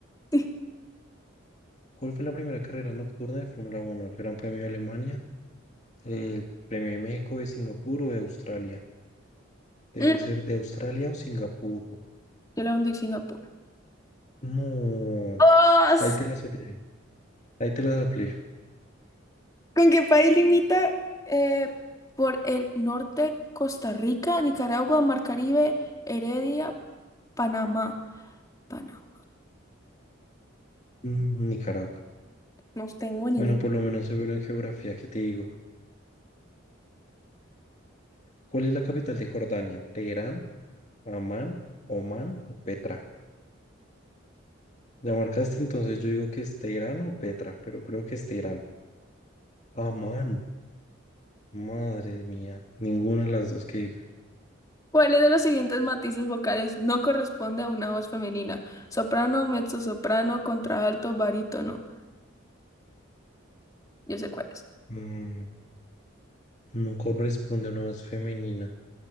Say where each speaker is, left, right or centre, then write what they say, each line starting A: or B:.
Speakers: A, on the left; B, on the left.
A: sí.
B: ¿Cuál fue la primera carrera nocturna de Fórmula Uno ¿El Gran Premio de Alemania? ¿El Premio de México, de Singapur o de Australia? Debe
A: Mm,
B: ser de Australia o Singapur.
A: Yo la hundí en Singapur.
B: No,
A: ¡Oh!
B: ahí te la soplé. Ahí te la soplé.
A: ¿Con qué país limita? Eh, por el norte, Costa Rica, Nicaragua, Mar Caribe, Heredia, Panamá. Panamá.
B: Mm, Nicaragua.
A: No tengo ni
B: Bueno,
A: idea.
B: por lo menos soy bueno en geografía, ¿qué te digo? ¿Cuál es la capital de Jordania? ¿Teherán, Amán, Omán o Petra? ya marcaste? Entonces yo digo que es Teherán o Petra, pero creo que es Teherán. Amán, madre mía. Ninguna de las dos que digo.
A: ¿Cuáles de los siguientes matices vocales no corresponde a una voz femenina? Soprano, mezzosoprano, contralto, barítono. Yo sé cuáles.
B: Mm, no corresponde a una voz femenina.